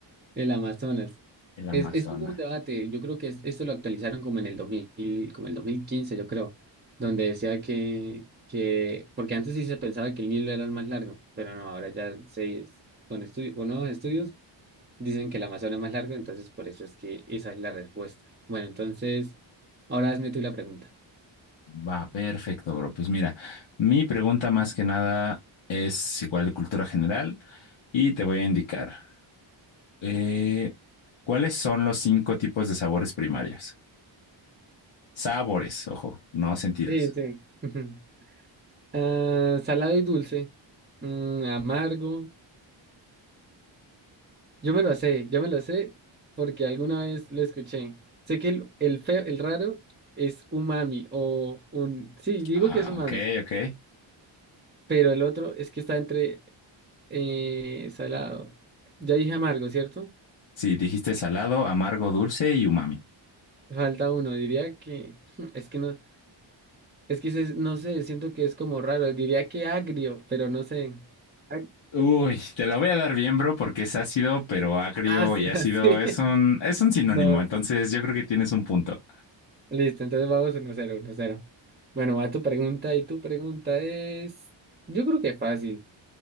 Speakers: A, on the right; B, on the left.
A: El Amazonas.
B: El Amazonas.
A: Es, es un debate. Yo creo que es- esto lo actualizaron como en el dos mil como el 2015 yo creo, donde decía que, que, porque antes sí se pensaba que el Nilo era el más largo, pero no, ahora ya se, con estudios con nuevos estudios dicen que el Amazonas es más largo, entonces por eso es que esa es la respuesta. Bueno, entonces, ahora hazme tú la pregunta.
B: Va, perfecto, bro. Pues mira, mi pregunta más que nada es igual de cultura general y te voy a indicar eh, cuáles son los cinco tipos de sabores primarios. Sabores, ojo, no sentidos.
A: Sí, sí. Ujú. Ah, salado y dulce, Mm, amargo, Yo me lo sé, yo me lo sé porque alguna vez lo escuché. Sé que el, el feo, el raro es umami o un... Sí, digo
B: Ah,
A: que es umami,
B: ok, ok.
A: pero el otro es que está entre eh, salado. Ya dije amargo, ¿cierto?
B: Sí, dijiste salado, amargo, dulce y umami.
A: Falta uno, diría que... <laughs> Es que no, es que se- no sé, siento que es como raro. Diría que agrio, pero no sé. Ag-
B: Uy, te la voy a dar bien, bro, porque es ácido, pero agrio
A: Ah, sí,
B: y ácido
A: <laughs> así.
B: es un, es un sinónimo.
A: No,
B: Entonces yo creo que tienes un punto.
A: listo, entonces vamos uno cero uno cero Bueno, va tu pregunta y tu pregunta es... Yo creo que fácil.